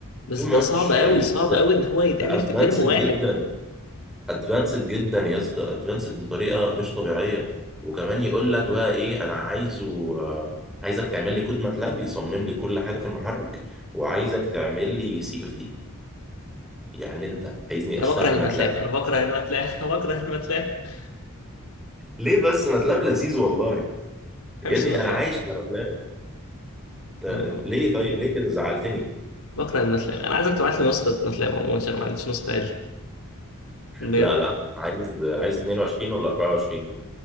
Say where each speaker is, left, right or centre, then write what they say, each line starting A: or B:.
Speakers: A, on the left; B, in the centre.
A: بس
B: تو ماتش
A: ده صعب أوي
B: يعني
A: صعب
B: ده
A: أوي إن هو يتعمل
B: ادفانسد
A: في ترم واحد
B: جدا ادفانسد جدا يا اسطى ادفانسد بطريقه مش طبيعيه وكمان يقول لك بقى ايه انا عايزه آه، عايزك تعمل لي كود ماتلاب يصمم لي كل حاجه في المحرك وعايزك تعمل لي سي اف دي يعني انت عايزني
A: أنا
B: اشتغل
A: بكره الماتلاب
B: ماتلاب
A: أنا بكره الماتلاب <laughs> أنا بكره الماتلاب ما
B: ليه بس ماتلاب لذيذ والله
A: بحبش
B: يا ابني
A: الماتلاب
B: انا عايش على بلان انت
A: أنا
B: ليه طيب ليه كده زعلتني
A: بكره الماتلاب انا عايزك تبعت لي نسخه ماتلاب عموما عشان ما عنديش نسخه عدل بجد
B: لا لا عايز عايز 22 ولا 24